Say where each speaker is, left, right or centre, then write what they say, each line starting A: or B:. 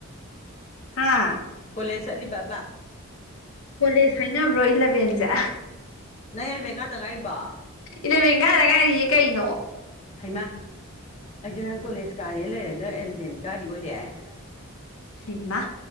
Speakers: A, on the left; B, on the left.
A: ꯍꯥꯥ
B: ꯀꯣꯂꯦꯖ ꯆꯠꯂꯤꯕꯕꯕꯥ
A: ꯀꯣꯂꯦꯖ ꯍꯥꯏꯅꯕ꯭ꯔꯣ ꯏꯂꯚꯦꯟꯁꯦ
B: ꯅꯪ ꯑꯦꯂꯚꯦꯟ ꯀꯥꯗ ꯉꯥꯏꯔꯤꯕꯣ
A: ꯏꯂꯚꯦꯟ ꯀꯥꯕꯗ ꯉꯥꯏꯔꯤꯌꯦ ꯀꯩꯅꯣ
B: ꯍꯩꯃꯥ ꯑꯩꯗꯤ ꯅꯪ ꯀꯣꯂꯦꯖ ꯀꯥꯔ‌ꯦ ꯍꯥꯏ ꯂꯩꯔꯒ ꯑꯦꯂꯚꯦꯟ ꯀꯥꯔꯤ ꯑꯣꯏꯔ‌ꯦ
A: ꯍꯩꯃꯥ